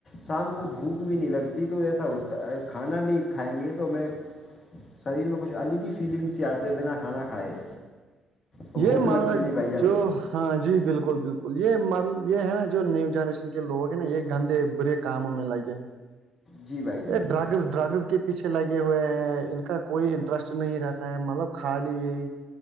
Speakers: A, on the left (about 45°); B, on the right (about 80°).
A: شام کو بھوک بھی نہیں لگتی تو ایسا ہوتا کھانا نہیں کھائیں گے تو میں شریر میں کچھ الگ ہی فیلنگ سے آتے بنا کھانا کھائے بھوک
B: یہ
A: لگتی
B: م
A: نہیں بھائی جان
B: جو ہاں جی بالکل بالکل یہ م یہ ہے نا جو نیو جنریشن کی لوگ ہیں نا یہ گندے برے کاموں میں لگے ہیں
A: جی بھائی جان
B: یہ ڈرگز
A: جی
B: ڈرگز کی پیچھے لگے ہوئے ہیں ان کا کوئی انٹرسٹ نہیں رہتا ہے مطلب خالی یہی